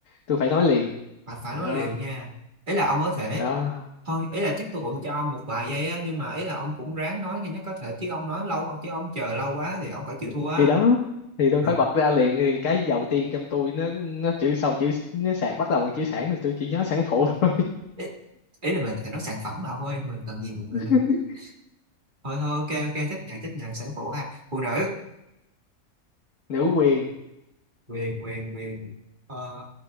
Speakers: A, on the left; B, on the right.
A: tôi phải nói liền
B: phải phải
A: đó
B: nói liền nha ý là ông có thể
A: đó
B: thôi ý là chắc tôi cũng cho ông một vài giây á nhưng mà ý là ông cũng ráng nói nhanh nhất có thể chứ ông nói lâu ông chứ ông chờ lâu quá thì ông phải chịu thua á
A: thì đó thì tôi
B: rồi
A: phải bật ra liền thì cái đầu tiên trong tôi nó nó chữ sau chữ nó sạc bắt đầu bằng chữ sản thì tôi chỉ nhớ sản phụ thôi
B: ý, ý là mình phải nói sản phẩm mà ông ơi mình cần gì mình, mình,
A: <laughs>
B: mình. thôi thôi ok ok chấp nhận chấp nhận sản phụ ha phụ nữ
A: nữ quyền
B: quyền quyền quyền ờ,